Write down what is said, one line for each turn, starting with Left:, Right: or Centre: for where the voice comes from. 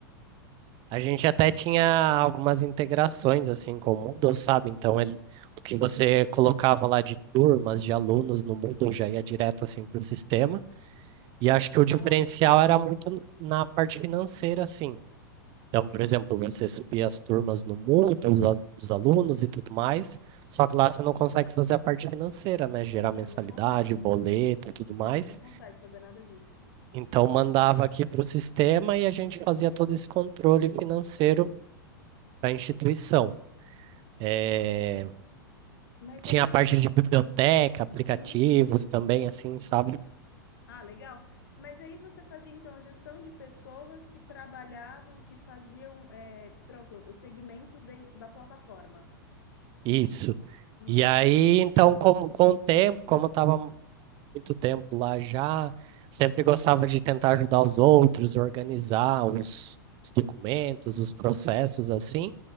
Right: A gente até tinha algumas integrações assim com o Moodle, sabe? Então ele, o que você colocava lá de turmas, de alunos no Moodle já ia direto assim para o sistema. E acho
Left: Ah, que legal.
Right: que o diferencial era muito n- na parte financeira, assim. Então, por exemplo, você subia as turmas no Moodle, os, a- os alunos e tudo mais, só que lá você não consegue fazer a parte financeira, né? Gerar
Left: Não,
Right: mensalidade,
Left: não consegue.
Right: boleto e tudo
Left: Não,
Right: mais.
Left: não consegue fazer nada disso.
Right: Então, mandava aqui para o sistema e a gente fazia todo esse controle financeiro para a instituição. É,
Left: Mas
Right: tinha
Left: aí
Right: a
Left: você.
Right: parte de biblioteca, aplicativos
Left: Uhum.
Right: também, assim, sabe?
Left: Ah, legal. Mas aí você fazia, então, a gestão de pessoas que trabalhavam, que faziam, é, pronto, os segmentos den- da plataforma.
Right: Isso.
Left: Hum,
Right: E aí, então, com, com o tempo, como eu estava muito tempo lá já, sempre gostava de tentar ajudar os outros, organizar os, os documentos, os processos, assim.